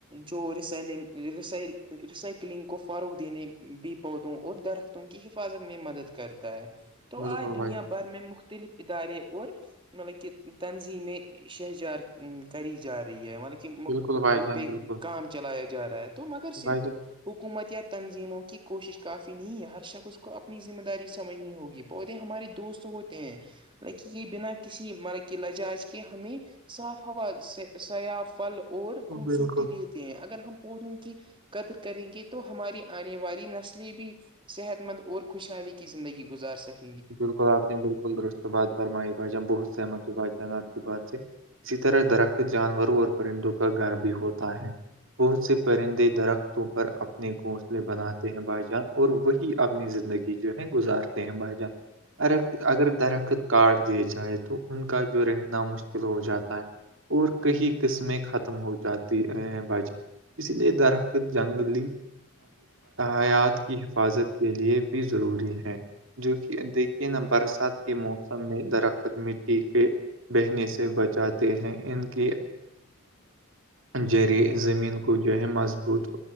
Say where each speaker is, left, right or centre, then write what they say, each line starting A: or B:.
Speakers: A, on the right; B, on the right.
A: جو ریسلنگی ریسائکلنگ کو فروغ دینے بھی پودوں اور درخت کی حفاظت میں مدد کرتا ہے تو
B: بالکل
A: آج
B: بھائی
A: دنیا بھر میں مختلف ادارے اور مطلب کہ تنظیمیں شجرکاری کری جا رہی ہے مطلب کہ
B: بالکل بھائی
A: ان
B: جان
A: پہ
B: بالکل
A: کام چلایا جا رہا ہے تو مگر صرف
B: بھائی جان
A: حکومت یا تنظیموں کی کوشش کافی نہیں ہے ہر شخص اس کو اپنی ذمہ داری سمجھنی ہوگی پودے ہمارے دوست ہوتے ہیں مطلب کہ یہ بنا کسی مطلب کہ لجاج کے ہمیں صاف ہوا سیا پھل اور خوبصورتی
B: بالکل
A: دیتی ہے اگر ہم پودوں کی قدر کریں گے تو ہماری آنے والی نسلییں بھی صحت مند اور خوشحالی کی زندگی گزار سکے
B: بالکل آپ نے بالکل درست بات پررمائی بھائی جان بہت سحمت ہو بھائی جان آپ کی بات سے اسی طرح درخت جانوروں اور پرندوں کا گھر بھی ہوتا ہے بہت سے پرندے درختوں پر اپنے گھونسلے بناتے ہیں بھائی جان اور وہی کہ اپنی زندگی جو ہے گزارتے ہیں بھائی جان ر اگر درخت کارڈ دیے جائے تو ان کا جو رہنا مشکل ہو جاتا ہے اور کئی قسمیں ختم ہو جاتی بج اس لیے درخت جنگلی حیات کی حفاظت کے لیے بھی ضروری ہے جو کہ دیکھیے نا برسات کے موسم میں درخت مٹی کے بہنے سے بچاتے ہیں ان کی جریعے زمین کو جو ہے مضبوط